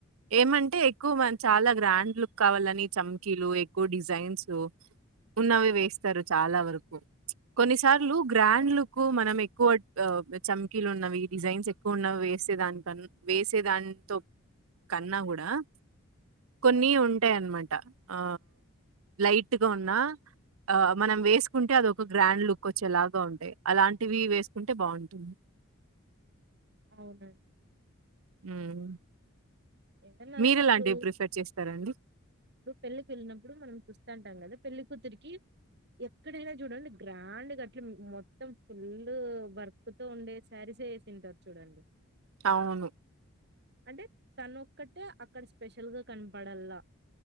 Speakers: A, on the right (about 70°); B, on the right (about 50°).
A: ఏమంటే ఎక్కువ మన్ చాలా గ్రాండ్ లుక్ కావాలని చంకీలు ఎక్కువ డిజైన్స్ ఉన్నవి వేస్తారు చాలా వరకు కొన్నిసార్లు గ్రాండ్ లుక్ మనం ఎక్కువ ఆ చమకీలు ఉన్నవి డిజైన్స్ ఎక్కువ ఉన్నావి వేసే దానికన్నా వేసే దాంతో కన్నా కూడా కొన్ని ఉంటాయన్నమాట ఆ లైట్ గా ఉన్న ఆ మనం వేసుకుంటే అదొక గ్రాండ్ లుక్కొచ్చేలాగా ఉంటాయి అలాంటివి వేసుకుంటే బాగుంటుంది
B: అవును
A: ఉమ్
B: ఏదన్నా
A: మీరెలాంటివి
B: గాని ఇప్పుడు
A: ప్రిఫర్ చేస్తారండి
B: ఇప్పుడు పెళ్లికి వెళ్ళినప్పుడు మనం చూస్తాంటాం కదా పెళ్లి కూతురికి ఎక్కడైనా చూడండి గ్రాండ్గా అట్లా మొత్తం ఫుల్లు వర్క్ కుతో ఉండే శారీస్సే వేసింటారు చూడండి
A: అవును
B: అంటే తనొక్కటే అక్కడ స్పెషల్ గా కనపడల్లా